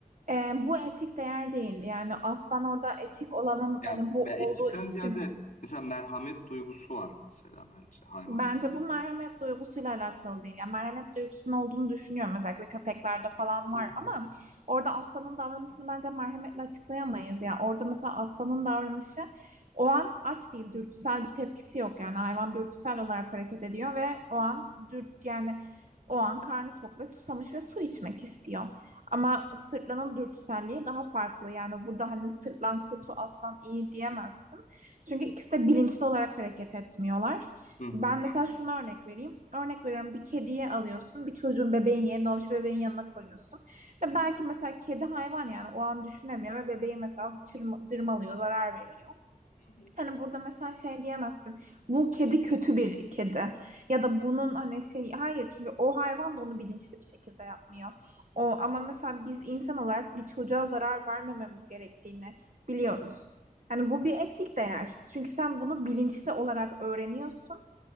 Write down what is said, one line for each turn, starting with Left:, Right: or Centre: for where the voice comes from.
Right: Ee, bu etik değer değil. Yani aslan orada etik olanın
Left: Yani
Right: hani bu
Left: me-
Right: olduğu
Left: etikten
Right: için
Left: ziyade mesela merhamet duygusu var mesela bence hayvanla.
Right: Bence bu merhamet duygusuyla alakalı değil. Yani merhamet duygusunun olduğunu düşünüyorum. Özellikle köpeklerde falan
Left: hı.
Right: var ama orada aslanın davranışını bence merhametle açıklayamayız. Yani orada mesela aslanın davranışı o an aç değil, dürtüsel bir tepkisi yok. Yani hayvan dürtüsel olarak hareket ediyor ve o an dürt yani o an karnı tok ve susamış ve su içmek istiyor. Ama sırtlanın dürtüselliği daha farklı. Yani burada hani sırtlan kötü, aslan iyi diyemezsin. Çünkü ikisi de bilinçli olarak hareket etmiyorlar.
Left: Hı hı.
Right: Ben mesela şuna örnek vereyim. Örnek veriyorum bir kediyi alıyorsun. Bir çocuğun bebeğini yeni doğmuş bebeğin yanına koyuyorsun. Ve
Left: Hı hı.
Right: belki mesela kedi hayvan yani o an düşünemiyor ve bebeği mesela çırma- cırmalıyor, zarar veriyor.
Left: Hı hı.
Right: Hani burada mesela şey diyemezsin. Bu kedi kötü bir kedi. Ya da bunun hani şey hayır çünkü o hayvan da onu bilinçli bir şekilde yapmıyor. O ama mesela biz insan olarak bir çocuğa zarar vermememiz gerektiğini biliyoruz. Hani
Left: Hı.
Right: bu bir etik değer. Çünkü sen bunu bilinçli olarak öğreniyorsun